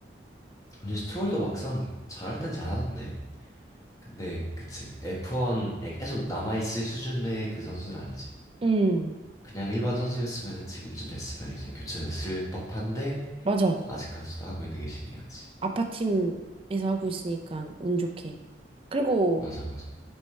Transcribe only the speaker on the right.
응,
맞아.
아빠 팀에서 하고 있으니까 운 좋게. 그리고